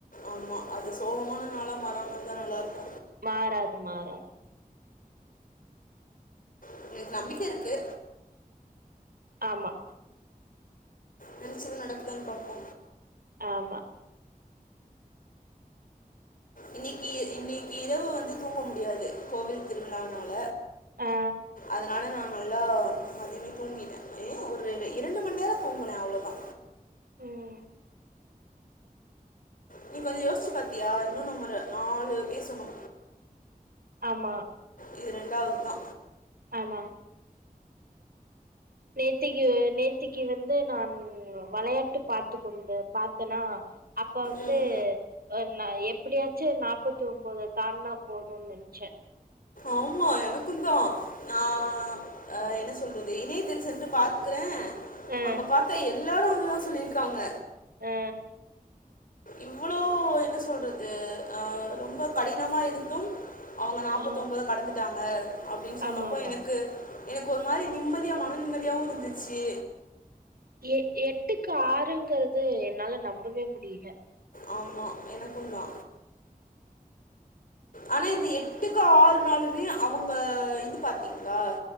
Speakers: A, on the left; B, on the right.
A: ஆமா அது சோகமான நாளா மாறாமாருந்தா நல்லாருக்கு
B: மாறாது மாறாது
A: ம் எனக்கு நம்பிக்க இருக்கு
B: ஆமா
A: நெனைச்சது நடக்குதான் பாப்போ
B: ஆமா
A: இன்னிக்கு இன்னிக்கு இரவு வந்து தூங்க முடியாது கோவில் திருவிழானால
B: ஆ
A: அதனால நா நல்லா மதியமே தூங்கிட்ட ஏ ஒரு இரண்டு மண் நேரோ தூங்குன அவ்ளதா
B: ம்
A: நீ கொஞ்சோ யோசிச்சு பாத்தியா இன்னு நம்பரு நாலு பேசணு
B: ஆமா
A: இது ரெண்டாவது தா
B: ஆமா நேத்திக்கு நேத்திக்கு வந்து நான் வளையாட்டு பாத்து கொண்டு பாத்தனா அப்ப வந்து
A: ம்
B: <unintelligible> நா எப்டியாச்சு நாப்பத்தி ஒம்போத தாண்டுனா போதுன் நெனச்சே
A: ஆமா எனக்குந்தா நா அ என்ன சொல்றது இணையத்தில் சென்று பார்க்கற
B: அ
A: அங்க பாத்தா எல்லாரு அததா சொல்லிருக்காங்க
B: ஆ
A: இவ்ளோ என்ன சொல்றது ஆ ரொம்ப கடினமா இருந்து அவங்க நாப்பதொம்போத
B: அ
A: கடந்துட்டாங் அப்டின்னு சொன்னப்போ
B: ஆமா ஆமா
A: எனக்கு எனக்கு ஒரு மாரி நிம்மதியா மன நிம்மதியாவுருந்துச்சு
B: எ எட்டுக்கு ஆறுங்கறது என்னால நம்பவே முடியல
A: ஆமா எனக்கும் தா ஆனா இது எட்டுக்கு ஆறு நாள் வி அவுங்க ஆ இது பாத்தீங்ளா